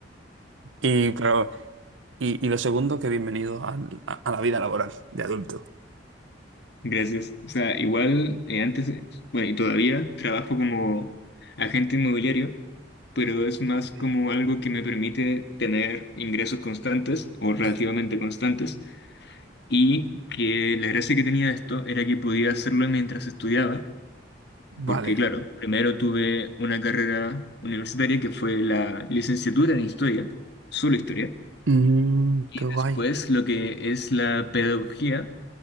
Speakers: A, on the right; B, on the left.
A: Y, claro, y, y lo segundo, que bienvenido al- a, a la vida laboral de adulto.
B: gracias. O sea, igual eh, antes, eh, bueno, y todavía trabajo como agente inmobiliario, pero es más
A: Hombre,
B: como algo que me permite tener ingresos constantes o relativamente
A: ya.
B: constantes Y que la gracia que tenía esto era que podía hacerlo mientras estudiaba, porque
A: Vale.
B: claro, primero tuve una carrera universitaria que fue la licenciatura en historia, solo historia,
A: Mm,
B: y
A: qué guay.
B: después lo que es la pedagogía